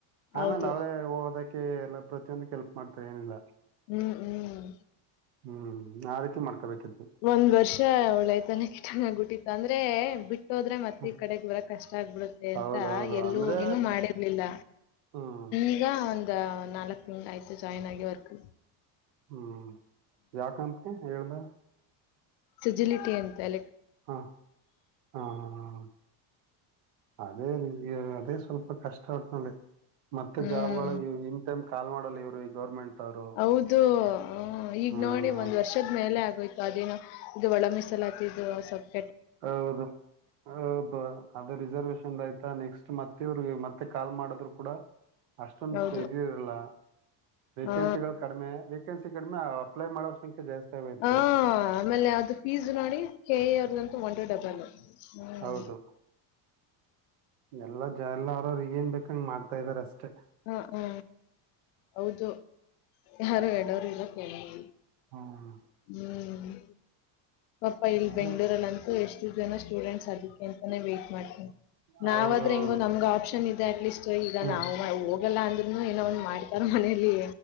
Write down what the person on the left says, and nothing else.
ಹೌದು
ಹ್ಮ್ ಹ್ಮ್
ಒಂದ್ ವರ್ಷ ಒಳ್ಳೆತನ ಕಿ ತನ ಬಿುಟ್ಟಿತ್ತು ಅಂದ್ರೆ ಬಿಟ್ಟ ಬಿಟ್ಟೋದ್ರೆ ಮತ್ತೆ
ಈ ಕಡೆಗ್ ಬರಕ್ ಕಷ್ಟ ಆಗ್ಬಿಡುತ್ತೆ
ಅಂತ ಎಲ್ಲೂ
ಏನು ಮಾಡಿರ್ಲಿಲ್ಲ
ಈಗ ಒಂದ ನಾಲ್ಕ್ ತಿಂಗಳ ಆಯ್ತು ಜಾಯಿನ್ ಆಗಿ ವರ್ಕ್ಗೆ
ಸಿಜಿಲಿಟಿ ಅಂತೆ ಅ
ಹ್ಮ್
ಹೌದು ಹ ಈಗ್
ನೋಡಿ ಒಂದ್ ವರ್ಷ ವರ್ಷದ ಮೇಲೆ ಆಗೋಯತು ಅದೇನೋ ಇದು ಒಳ ಮೀಸಾಲಾತ್ತಿದ್ದು ಸ್ವಲ್ಪ
ಹೌದು
ಹಾ
ಹ ಆಮೇಲೆ ಅದು ಪೀಸ್ ನೋಡಿ ಕೆರ್ದಂತೂ ಒಂದುಟ ಡಬಲ್ ಹ್ಮ್
ಹಾ ಹಾ ಹೌದು ಯಾರು ಹೇಳೋರು ಈಗ ಕೇಳವರಿಲಾ
ಹ್ಮ್ ಪಪ್ಪಾ ಇಲ್ಲಿ
ಬೆಂಗಳೂರಲ್ಲಿ ಅಂತೂ ಎಷ್ಟು ಜನ ಸ್ಟೂಡೆಂಟ್ಸ್ ಅದಕ್ಕೆ ಅಂತಾನೇ ವೈಟ್ ಮಾಡ್ತಾರೆ
ನಾವ ಆದ್ರೆ ಹೆಂಗೋ ನಮ್ಗ ಆಪ್ಷನ್ ಇದೆ ಅಟ್ಲೀಸ್ಟ್ ಈಗ
ನಾವು ಹೋಗಲ್ಲ ಅಂದ್ರುನು ಏನೋ ಒಂದ್ ಮಾಡ್ತಾರ ಮನೇಲಿ